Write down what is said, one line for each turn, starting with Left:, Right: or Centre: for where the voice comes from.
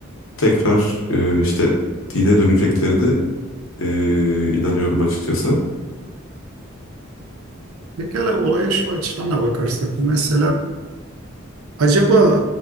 Left: tekrar e, işte dine döneceklerini e, inanıyorum açıkçası.
Right: Pekala olaya şu açıdan da bakarsak mesela Acaba